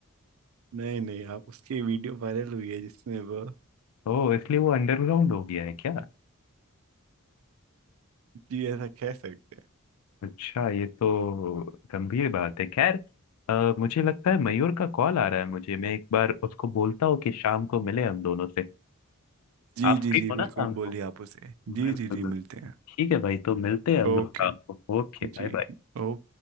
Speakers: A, on the right (about 65°); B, on the left (about 85°).
A: नहीं नहीं आप उसकी वीडियो वायरल हुई है जिसमें वो
B: तो इसलिए वो अंडरग्राउंड हो गया है क्या
A: जी ऐसा कह सकते हैं
B: अच्छा ये तो गंभीर बात है खैर अ, मुझे लगता है मयूर का कॉल आ रहा है मुझे मैं एक बार उसको बोलता हूँ कि शाम को मिले हम दोनों से
A: जी
B: आप
A: जी
B: फ्री
A: जी
B: हो ना
A: बिल्कुल
B: शाम
A: बोलिए
B: को
A: आप उसे
B: बिल्कुल
A: जी जी
B: बिल्कुल।
A: जी मिलते हैं
B: ठीक है भाई तो मिलते हैं हम
A: ओके
B: लोग शाम को Okay bye
A: जी
B: bye
A: ओके